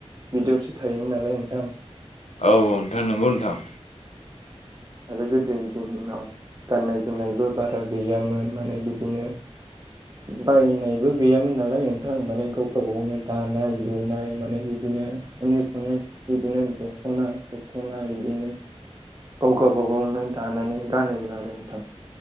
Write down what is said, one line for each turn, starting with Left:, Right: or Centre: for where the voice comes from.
Right: बिदियावसो थायोमोन नालाय नोंथां।
Left: औ औ नोंथां नंगौ नोंथां।
Right: आरो गोदोनि दिनाव गाननाय जोमनायबो बारा गैयामोन माने बिदिनो बायनायबो गैयामोन नालाय नोंथां माने गाव गाव गावनो दानाय लुनाय माने बिदिनो बिदिनो अनेक अनेक बिदिनो दखना दखना इदिनो गाव गावाबागावनो दानानै गानोमोन आरो नोंथां।